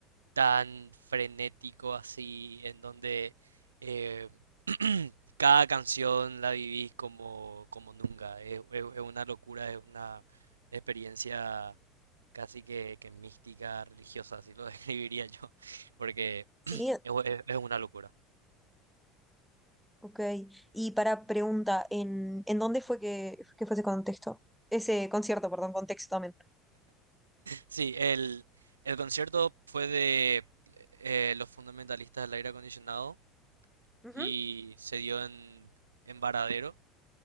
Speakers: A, on the right; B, in the centre.
A: tan frenético así, en donde eh, <clears throat> cada canción la vivís como, como nunca. Es, es- es una locura, es una experiencia casi que, que mística, religiosa, así lo <laughs> describiría yo, porque
B: Sí,
A: es es- es una locura.
B: ok. Y para pregunta, ¿en, en dónde fue que, que fue ese contexto? Ese concierto, perdón, contexto también.
A: Sí, el, el concierto fue de eh, los fundamentalistas del aire acondicionado
B: Ujú.
A: y se dio en, en Varadero.